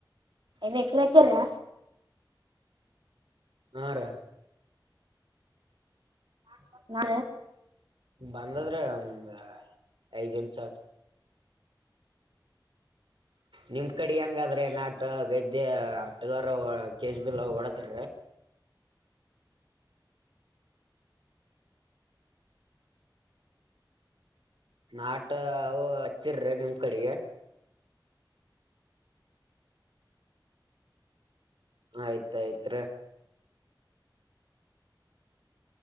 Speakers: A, on the right; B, on the right.
A: ಮೇಕಚಲ್ಲ
B: ಹಾರ ಹ
A: ನಾ
B: ಬಂದದ್ರ ಒ ಐದ್ಂ ಸ
A: ಅ
B: ನಿಮ ಕಡೆ ಹೆಂಗಾದ್ರೆ ನಾಟ ಗದ್ಯೆ ಆಟದಾರ ಕೆಜ ಬಿಲ ಹೊಡದ್ರ ನಾಟ ಹಚ್ಚಿರ್ರಿ ನಿಮ್ ಕಡೆಗೆ ಆಯ್ತಾಯ್ತ್